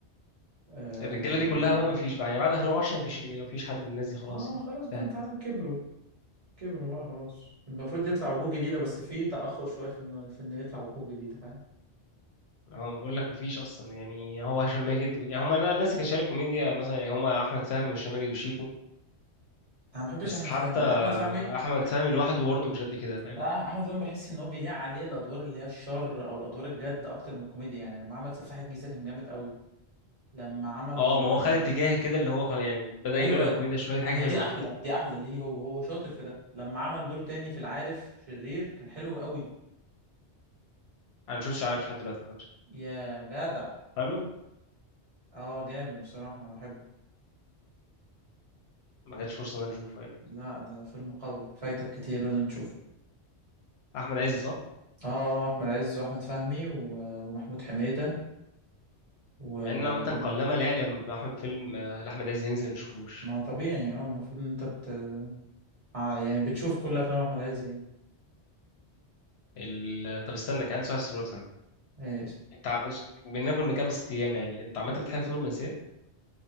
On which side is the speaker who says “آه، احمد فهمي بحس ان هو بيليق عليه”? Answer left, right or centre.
Right